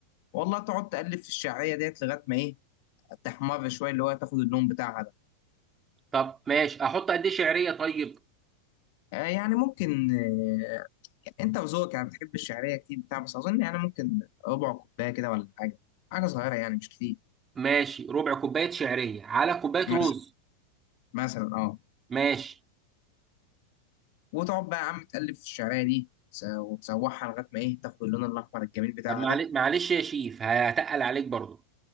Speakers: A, on the left; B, on the right.
A: والله تقعد تقلب في الشعريه ديت لغايه ما ايه تحمر شويه اللي هو تاخد اللون بتاعها ده
B: طب ماشي احط قد ايه شعريه طيب
A: آه، يعني ممكن آه، انت وذوقك يعني بتحب الشعريه كتير بتاع بس اظن يعني ممكن ربع كوبايه كده ولا حاجه حاجه صغيره يعني مش كتير
B: ماشي ربع كوبايه شعريه على كوبايه
A: مثلا
B: رز
A: مثلا اه
B: ماشي
A: وتقعد بقى يا عم تقلب في الشعريه دي تس- وتسوحها لغايه ما ايه تاخد اللون الاحمر الجميل بتاعها
B: طب معل-
A: ده
B: معلش يا شيف هتقل عليك برضه